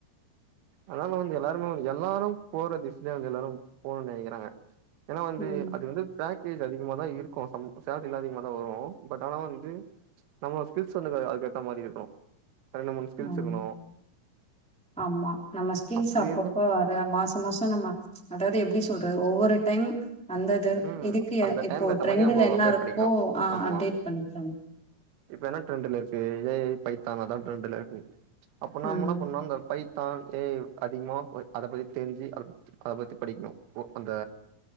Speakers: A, on the right (about 90°); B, in the centre.
A: ஆனால நா வந்து எல்லாருமே எல்லாரு போற திசயிலே வந்து எல்லாரு போணும்னு நினக்கிறாங்க ஏன்னா வந்து
B: ம்
A: அது வந்து பேக்வேஜ் அதிகமா தா இருக்கு சம் சேல்ட்ரிலா அதிகம தா வரும் பட் ஆனா வந்து நம்ம ஸ்கில்ஸ் வந்து அதுக்கேத்த மாரி இருக்கணு ரெண்டு மூணு ஸ்கில்ஸ்
B: ம் ஆம்.
A: இருக்கணு
B: ஆமா நம்ம ஸ்கில்ஸ்
A: அப்டின்னு
B: அப்பப்போ மாஷோ மாஷோ நம்ம அதாது எப்டி சொல்றது ஒவ்வொரு டைம் அந்த
A: ம்
B: இதுக்கு
A: அந்த
B: இப்போ
A: டைம்க்கு ஏத்த
B: டரெண்டல
A: மாரி நம்ம
B: என்னருக்கோ
A: அப்டேட் பண்ணிக்கணு
B: ஆ
A: ஆமா
B: அப்டேட் பண்ணிகோ
A: இப்ப என்ன டரெண்ட்லருக்கு ஏய பைத்தான் அதா ட்ரெண்ட்லருக்கு அப்பனா
B: ம்
A: முன்னா பண்ணா அந்த பைத்தான் ஏ அதிகமா அத பத்தி தெரிஞ்சு அத அத பத்தி படிக்கணு ஒ அந்த